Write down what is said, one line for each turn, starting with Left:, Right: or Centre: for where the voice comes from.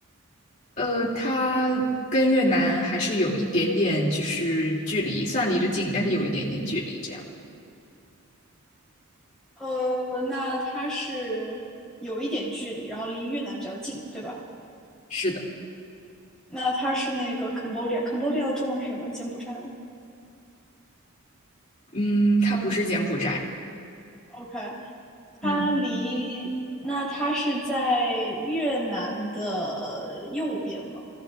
Left: 呃，它跟越南还是有一点点就是距离，算离着近，但是有一点点距离。这样，
Centre: 呃，那它是有一点距离，然后离越南比较近，对吧？
Left: 是的，
Centre: 那它是那个 Cambodia，Cambodia 的中文是什么？柬埔寨吗
Left: 嗯，它不是柬埔寨，
Centre: ？OK，它离，
Left: 嗯。
Centre: 那它是在越南的右边吗？